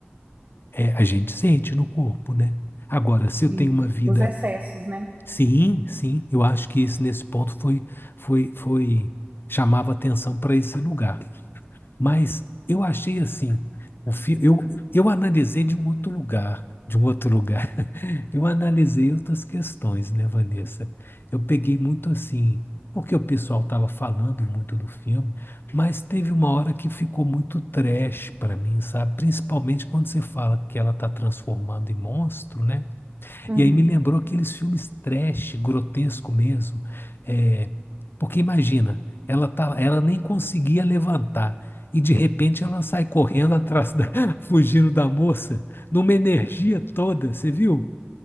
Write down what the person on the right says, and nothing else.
sim,
os excessos, né?
Uhum.